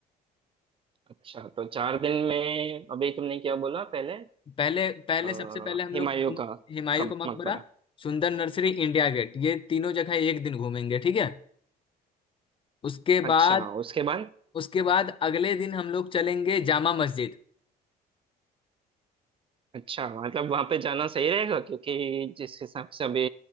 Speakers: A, on the right; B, on the left.
A: अच्छा तो चार दिन में अभी तुमने क्या बोला पहले
B: पहले पहले
A: अ,
B: सबसे पहले हम लोग
A: हुमायूं
B: घूम-
A: का
B: हुमायूं
A: कब
B: का मकबरा
A: मकबरा
B: सुंदर नर्सरी इंडिया गेट ये तीनों जगह एक दिन घूमेंगे ठीक है उसके
A: अच्छा
B: बाद
A: उसके बाद
B: उसके बाद अगले दिन हम लोग चलेंगे जामा मस्जिद
A: अच्छा मतलब वहां पे जाना सही रहेगा क्योंकि जिस हिसाब से अभी